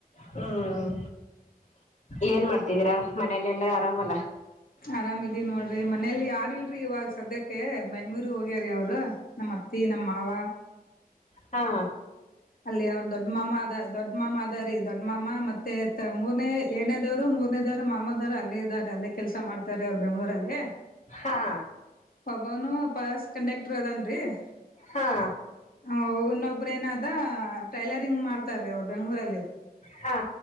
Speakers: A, on the left (about 50°); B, on the left (about 65°).
A: ಹ್ಮ್ ಏನ್ ಮಾಡ್ತಿದ್ದೀರಾ ಮನಲೆೆಲ್ಲಾ ಆರಾಮಲ್ಲ
B: ಆರಾಮಿದೀ ನೋಡ್ರಿ ಮನೇಲಿ ಯಾರ್ ಇಲ್ರರಿ ಇವಾಗ ಸದ್ಯಕ್ಕೆ ಬೆಂಗ್ಳೂರ್ಗ್ ಹೋಗ್ಯಾರೀ ಅವರು ನಮ್ ಅತ್ತಿ ನಮ್ಮ್ ಮಾವ
A: ಹಾ
B: ಅಲ್ಲಿ ಅವ್ರ ದೊಡ್ಡ ಮಾಮ ಅದ ದೊಡ್ಡ ಮಾಮ ಅದ ರೀ ದೊಡ್ಡ ಮಾಮ ಮತ್ತೆ ಮೂರನೇ ಏನೇದವ್ರು ಮೂರನೇದವ್ರು ಮಾಮದವ್ರು ಅಲ್ಲೇ ಇದಾರೆ ಅಲ್ಲೇ ಕೆಲಸ ಮಾಡ್ತಾರೆ ಅವ್ರು ಬೆಂಗ್ಳೂರಲ್ಲಲ್ಲಿ
A: ಹಾ
B: ಒಬನು ಪಸ್ ಕಂಡಕ್ಟರ್ ಅದನ್ರಿನೊ
A: ಹಾ
B: ರ ದಾ ಟೈಲರಿಂಗ್ ಮಾಡ್ತಾರೀ ಅವರು ಬೆಂಗ್ಳೂರಲ್ಲಿ
A: ಹಾ